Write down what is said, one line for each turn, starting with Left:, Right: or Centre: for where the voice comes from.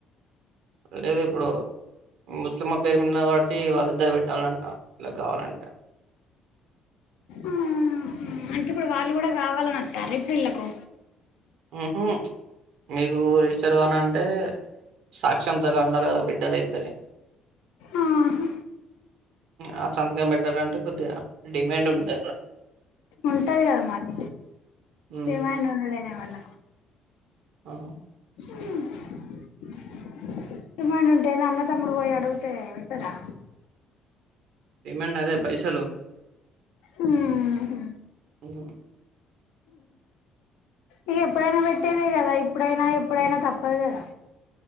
Right: అదేదొ ఇప్పుడు ముస్లమ్మ పేరు మీదున్నది కాబట్టి వాళ్ళిద్దరు పెట్టాలన్ట ఇలా కావాలంటే.
Left: ఆ అంటే ఇప్పుడు వాళ్ళు గూడా గావాలని అంటారా ఇప్పుడు ఈళ్ళకు
Right: ఉమ్ హు మీకు చర్వాని అంటే సాక్షాంతగ ఉండాలిగ బిడ్డలు ఇద్దరియి
Left: ఆహా
Right: ఆ సంతకం బట్టాలంటే కొద్దిగా డిమాండ్ ఉండాలా
Left: ఉంటది గదా మరి
Right: హ్మ్
Left: ఏమైనా ఉండలేనే వాళ్ళ
Right: ఆ
Left: ఉమ్ ఇమ్మనుంటే అన్న తమ్ముడు పోయి అడుగితే పెట్టదా
Right: డిమాండ్ అదే పైసలు
Left: ఉమ్
Right: ఉమ్
Left: ఇగ ఎప్పుడైనా పెట్టేదే గదా ఇప్పుడైనా ఎప్పుడైనా తప్పదు గదా